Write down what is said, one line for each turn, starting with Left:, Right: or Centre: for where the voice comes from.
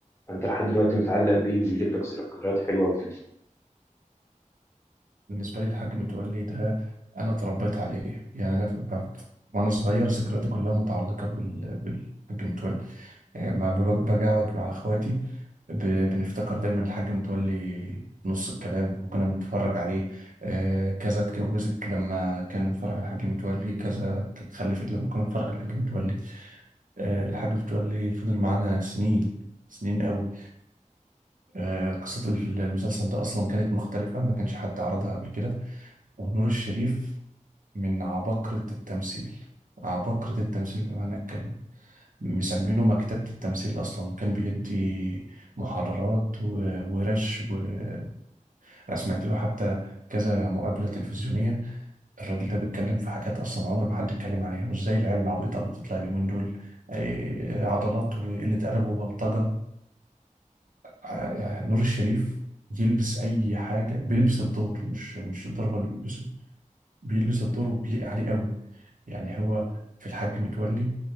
Left: فأنت لحد دلوقتي متعلق بيه ويجيب لك ذكريات حلوة وكده
Right: بالنسبة لي الحاج متولي ده أنا اتربيت عليه يعني أنا في بعت وأنا صغير ذكرياتي كلها متعلقة بال... بالحاج متولي يعني ما ب- باجي أقعد مع إخواتي ب... بنفتكر دايما الحاج متولي في نص الكلام وكنا بنتفرج عليه آه كذا اتجوزت لما كان بنتفرج على الحاج متولي كذا ك- خلفت لما كنا بنتفرج على الحاج متولي آه الحاج متولي فضل معانا سنين سنين قوي آه قصة المسلسل ده أصلا كانت مختلفة ما كانش حد عرضها قبل كده ونور الشريف من عباقرة التمثيل عباقرة التمثيل بمعنى الكلمة مسمينه مكتبة التمثيل أصلا كان بيدي محاضرات و- ورش وأنا سمعت له حتى كذا مقابلة تلفزيونية الراجل ده بيتكلم في حاجات أصلا عمر ما حد اتكلم عليها مش زي العيال العبيطة اللي بتطلع اليومين دول آه، عضلات وقلة أدب وبلطجة آه، يعني نور الشريف يلبس أي حاجة بيلبس الدور مش مش الدور هو اللي بيلبسه بيلبس الدور وبيليق عليه قوي يعني هو في الحاج متولي